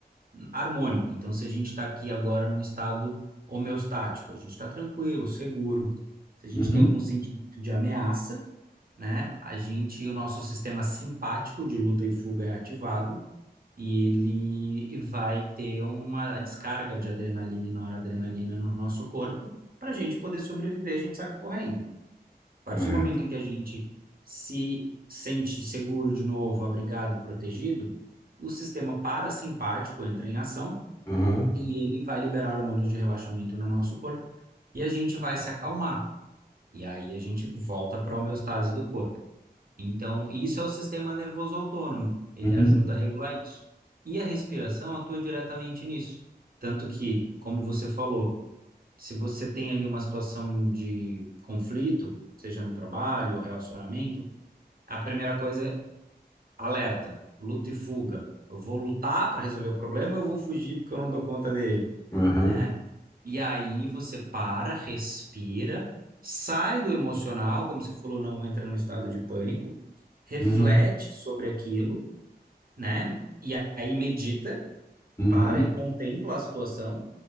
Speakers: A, on the right (about 60°); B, on the left (about 20°).
A: harmônico. Então, se a gente está aqui agora num estado homeostático, a gente está tranquilo, seguro. Se a gente
B: Uhum.
A: tem algum sentimento de ameaça, né? A gente, o nosso sistema simpático de luta e fuga é ativado e ele vai ter uma descarga de adrenalina e noradrenalina no nosso corpo para a gente poder sobreviver, a gente sai correndo.
B: Correto.
A: A partir do momento em que a gente se sente seguro de novo, abrigado e protegido, o sistema parasimpático entra em ação
B: Aham.
A: e ele vai liberar hormônios de relaxamento no nosso corpo e a gente vai se acalmar. E aí a gente volta para a homeostase do corpo. Então, isso é o sistema nervoso autônomo, ele
B: Uhum.
A: ajuda a regular isso. E a respiração atua diretamente nisso. Tanto que, como você falou, se você tem ali uma situação de conflito, seja no trabalho ou relacionamento, a primeira coisa é alerta, luta e fuga. Eu vou lutar para resolver o problema, ou eu vou fugir porque eu não dou conta dele
B: Aham.
A: né? E aí você para, respira, sai do emocional, como você falou, não entra num estado de pânico, reflete
B: Uhum.
A: sobre aquilo, né? E aí medita,
B: Uhum.
A: para e contempla a situação,